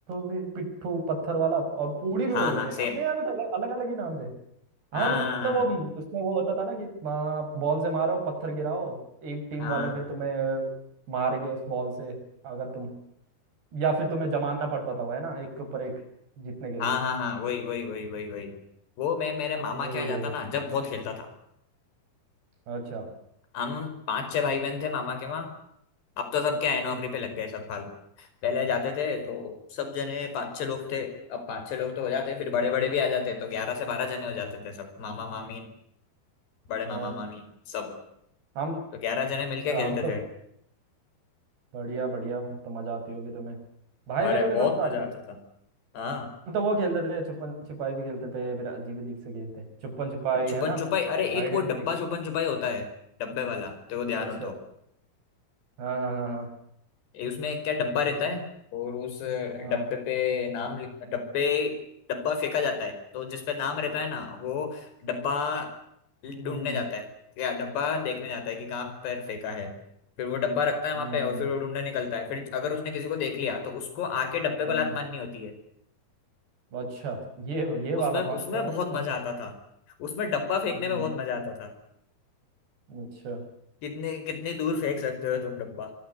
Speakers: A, on the right (about 85°); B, on the left (about 85°).
A: भी पिट्ठू पत्थर वाला और पूड़ी
B: हाँ
A: भी बोलते
B: हाँ
A: थे
B: सेम
A: अपने यहाँ कुछ अलग अलग अलग ही नाम थे
B: हाँ
A: हाँ मतलब
B: हाँ हाँ
A: वो उसमें वो होता था ना कि हाँ, बॉल से मारो पत्थर गिराओ एक टीम
B: हाँ
A: वाले फिर तुम्हें मारेंगे उस बॉल से अगर तुम या फिर तुम्हें जमाना पड़ता था वो है ना एक के ऊपर एक जीतने के लिए
B: हाँ हाँ हाँ, हाँ, वही वही वही वही वही वो मैं मेरे मामा
A: वही
B: के यहाँ
A: वही
B: जाता ना जब बहुत खेलता था
A: अच्छा
B: हम पांच छह भाई बहन थे मामा के वहाँ अब तो सब क्या
A: हम्म
B: है नौकरी पे लग गए सब फाल पहले जाते थे तो सब जने पांच छह लोग थे अब पांच छह लोग तो हो जाते फिर बड़े बड़े भी आ जाते तो ग्यारह से बारह जने हो जाते थे सब मामा मामी बड़े
A: अ,
B: मामा मामी सब
A: हम
B: तो ग्यारह जने
A: अच्छा
B: मिलके खेलते
A: हम तो
B: थे
A: बढ़िया बढ़िया फिर तो मजा आती होगी तुम्हें भाई
B: अरे
A: बहनों के
B: बहुत
A: साथ तो आती
B: मजा
A: थी
B: आता था हाँ
A: हम तो वो खेलते थे छुपन छिपाई भी खेलते थे फिर अजीब अजीब से गेम थे छुपन छिपाई
B: अरे छुपन
A: है ना
B: छुपाई अरे
A: Hide
B: एक
A: and
B: वो डब्बा
A: seek
B: छुपन छुपाई होता है डब्बे वाला तो वो ध्यान
A: अच्छा
B: हो तो।
A: हाँ हाँ हाँ हाँ
B: ये उसमें क्या डब्बा रहता है और उस डब्बे
A: हाँ
B: पे नाम लिख डब्बे डब्बा फेंका जाता है तो जिस पे नाम रहता है ना वो डब्बा
A: हम्म
B: ढूंढने जाता है या डब्बा देखने जाता है कि कहाँ पर फेंका है फिर वो डब्बा रखता है
A: हम्म
B: वहां पे
A: हम्म
B: और
A: हम्म,
B: फिर वो ढूंढने निकलता है फिर अगर उसने किसी को देख लिया तो उसको आके डब्बे को
A: हम्म।
B: लात मारनी होती है
A: अच्छा ये ये
B: उसमें
A: वाला मस्त
B: उसमें
A: है भाई
B: बहुत
A: मैं
B: मजा आता था उसमें डब्बा फेंकने
A: हम्म
B: में बहुत मजा आता था
A: अच्छा
B: कितने कितनी दूर
A: हम्म,
B: फेंक सकते हो तुम डब्बा